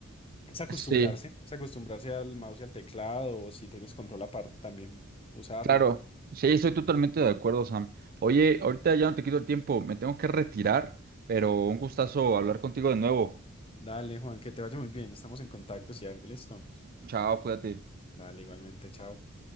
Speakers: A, on the left; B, on the right.
A: es acostumbrarse,
B: Sí,
A: es acostumbrarse al mouse y al teclado, o si tienes control aparte también, usarlo.
B: claro. Sí, estoy totalmente de acuerdo, Sam. Oye,
A: Ah.
B: ahorita ya no te quito el tiempo, me tengo que retirar, pero
A: Ujú.
B: un gustazo hablar contigo de nuevo.
A: Dale, Juan, que te vaya muy bien. Estamos en contacto si algo, listo.
B: Chao, cuídate.
A: Dale, igualmente, chao.